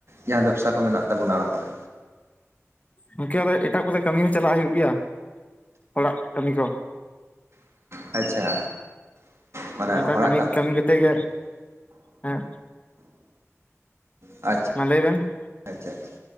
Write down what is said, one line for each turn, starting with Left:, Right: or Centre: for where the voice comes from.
Right: ᱡᱟᱦᱟᱸ ᱵᱮᱵᱽᱥᱟ ᱠᱚ ᱢᱮᱱᱟᱜ ᱛᱟᱵᱚᱱᱟ ᱚᱲᱟᱜ ᱠᱚᱨᱮ?
Left: ᱜᱚᱢᱠᱮ ᱮᱴᱟᱜ ᱠᱚᱨᱮ ᱠᱟᱹᱢᱤ ᱦᱚᱸ ᱪᱟᱞᱟᱜ ᱦᱩᱭᱩᱜ ᱜᱮᱭᱟ ᱦᱚᱲᱟᱜ ᱠᱟᱹᱢᱤ ᱠᱚ᱾
Right: ᱟᱪᱪᱷᱟ᱾ ᱢᱟᱱᱮ
Left: ᱚᱱᱠᱟ
Right: ᱦᱚᱲᱟᱜ
Left: ᱠᱟᱹᱢᱤ
Right: ᱠᱟᱜ
Left: ᱠᱟᱹᱢᱤ ᱠᱟᱛᱮᱫ ᱜᱮ ᱦᱮᱸ
Right: ᱟᱪ
Left: ᱢᱟ ᱞᱟᱹᱭᱵᱮᱱ,
Right: ᱟᱪᱪᱷᱟ ᱟᱪᱪᱷᱟ